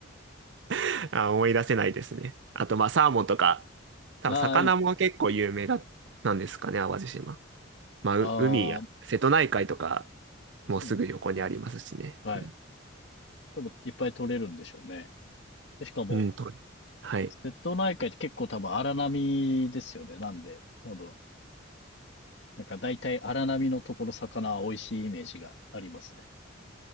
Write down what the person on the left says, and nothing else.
ああ、いいっすね。
ああ、
そうですね。はい。
多分いっぱい取れるんでしょうね。で、しかも、
瀬戸内海って結構多分荒波ですよね。なんで、多分、なんか大体荒波のところ魚は美味しいイメージがありますね。